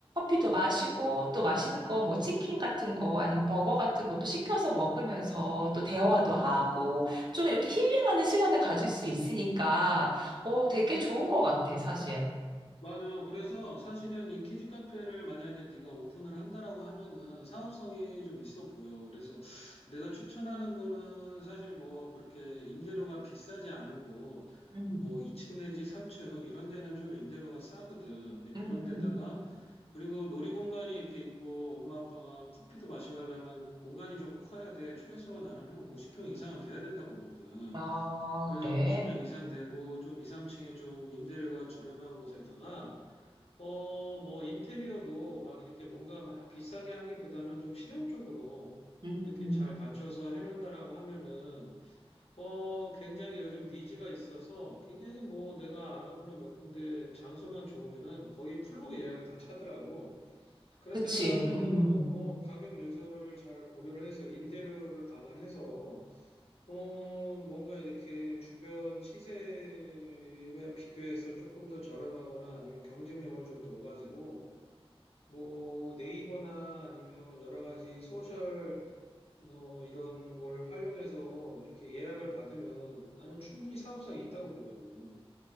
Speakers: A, on the right; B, on the left.
A: 커피도 마시고 또 맛있는 거 뭐 치킨 같은 거 아니면 버거 같은 것도 시켜서 먹으면서 또 대화도 하고 좀 이렇게 힐링하는 시간을 가질 수 있으니까 어 되게 좋은 것 같아 사실.
B: 맞아. 그래서 사실은 이 키즈 카페를 만약에 네가 오픈을 한다라고 하면은 사업성이 좀 있어 보여. 그래서 내가 추천하는 거는 사실 뭐 그렇게 임대료가 비싸지 않은 곳,
A: 음.
B: 뭐 2층 내지 3층 이런 데는 좀 임대료가 싸거든. 근데 그런
A: 음.
B: 데다가 그리고 놀이공간이 이렇게 있고 엄마 아빠가 커피도 마시고 하려면 공간이 좀 커야 돼. 최소 나는 한 50평 이상은 돼야 된다고 보거든.
A: 아,
B: 그래서
A: 그래.
B: 50평 이상 되고 좀 2, 3층에 좀 임대료가 저렴한 곳에다가 어, 뭐, 인테리어도 막 이렇게 뭔가 막 비싸게 하기보다는 좀 실용적으로
A: 음.
B: 이렇게 잘 갖춰서 해놓는다라고 하면은, 어, 굉장히 요즘 니즈가 있어서 굉장히 뭐 내가 알아보는 몇 군데 장소만 좋으면은 거의 풀로 예약이 다 차더라고. 그렇다라고
A: 그치.
B: 하면은,
A: 음.
B: 어, 가격 요소를 잘 고려를 해서 임대료를 감안해서, 어, 뭔가 이렇게 주변 시세와 비교해서 조금 더 저렴하거나 아니면 경쟁력을 좀 둬가지고 뭐 네이버나 아니면 여러 가지 소셜 뭐 이런 걸 활용해서 이렇게 예약을 받으면 나는 충분히 사업성이 있다고 보거든.